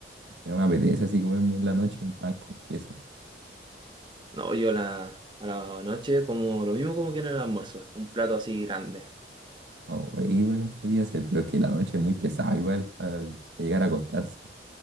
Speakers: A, on the right; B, on the right.
A: No me apetece así comerme en la noche un pan con queso.
B: No, yo a la, a la noche como lo mismo como que en el almuerzo. Un plato así grande.
A: O igual podría ser, pero es que la noche es muy pesada igual para llegar a acostarse.